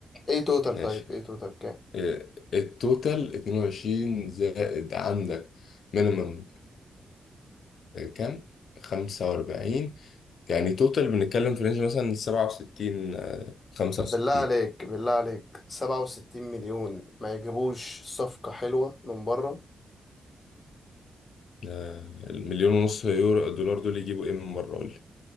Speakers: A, on the left; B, on the left.
A: ايه توتال طيب
B: ماشي
A: ايه توتال كام
B: إيه، التوتال 22 زائد عندك مينيمم كام 45 يعني توتال بنتكلم في رينج مثلا 67 آه، 65
A: طب بالله عليك بالله عليك 67 مليون ما يجيبوش صفقة حلوة من بره
B: آه، المليون ونص يورو دولار دول يجيبوا ايه من مره قول لي